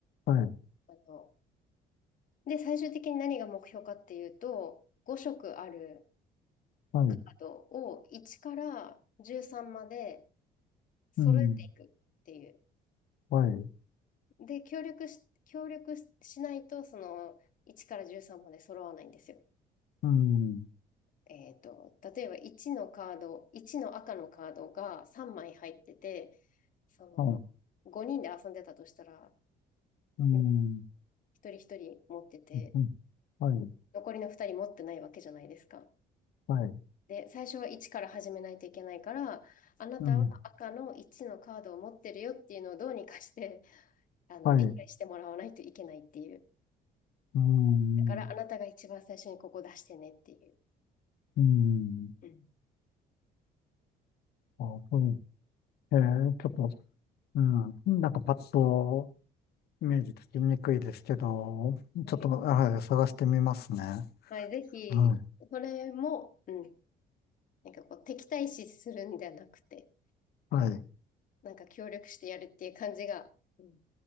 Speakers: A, on the left; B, on the left.
A: はい。
B: あの、で、最終的に何が目標かっていうと、5色ある
A: はい。
B: カードを1から13まで揃えていくっていう。
A: うん。はい。
B: で、協力し、協力しないと、その1から13まで揃わないんですよ。
A: うん。
B: えっと、例えば1のカード、1の赤のカードが3枚入ってて、その5人で遊んでたとしたら、
A: はい。うん。
B: ね、一人一人持ってて、
A: うんうんはい、
B: 残りの2人持ってないわけじゃないですか。
A: はい、
B: で、最初は1から始めないといけないから、あなたは赤の1のカードを持ってるよっていうのをどうにかして、
A: うん、
B: あの、
A: はい、
B: 理解してもらわないといけないっていう。
A: うん、
B: だからあなたが一番最初にここ出してねっていう。
A: うん、
B: うん。
A: あ、そう、えー、ちょっと、うん、なんかパッとイメージつきにくいですけど、
B: はい。
A: ちょっと、はい、探してみますね。
B: はい、ぜひ、
A: は
B: それも、うん。なんかこう、敵対視するんじゃなくて、
A: い、はい。
B: なんか協力してやるっていう感じが、うん、好